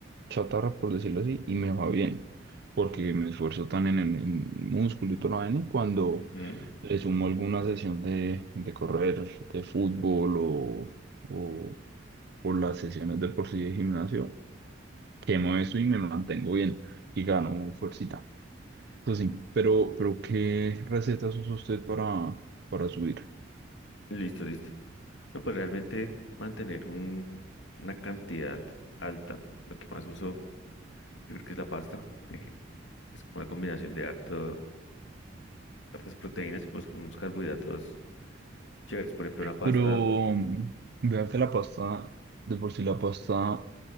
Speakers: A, on the right (about 55°); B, on the left (about 75°).
A: chatarra, por decirlo así, y me va bien, porque me esfuerzo tan en el en músculo y toda la vaina y cuando
B: Ujú,
A: le sumo alguna sesión de, de correr, de fútbol o, o, o las sesiones de por sí de gimnasio quemo eso y me mantengo bien y gano fuercita. Eso sí, pero, pero ¿qué recetas usa usted para, para subir?
B: Listo, listo. No, pues realmente mantener un, una cantidad alta, lo que más uso, yo creo que es la pasta, <laughs> que es como una combinación de harto, hartas proteínas y pues con unos carbohidratos chéveres. Por ejemplo, una pasta
A: Pero mm, vea que la pasta, de por sí la pasta,